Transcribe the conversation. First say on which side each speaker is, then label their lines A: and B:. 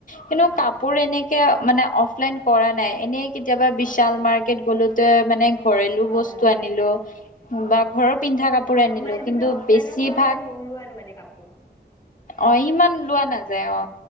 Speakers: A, on the left; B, on the left.
A: কিন্তু
B: আচ্ছা
A: কাপোৰ এনেকে মানে অফলাইন কৰা নাই এনেই কেতিয়াবা বিশাল
B: আচ্ছা
A: মাৰ্কেট গ'লো। ত মানে ঘৰেলো
B: হয়
A: বস্তু
B: হয়
A: আনিলো
B: অ
A: বা ঘৰৰ পিন্ধা কাপোৰে আনিলো
B: অ মানে তুমি
A: কিন্তু
B: অফলাইনৰ
A: বেছিভাগ
B: পৰা মানে নোলোৱা মানে কাপোৰ
A: অ ইমান লোৱা নাযায় অ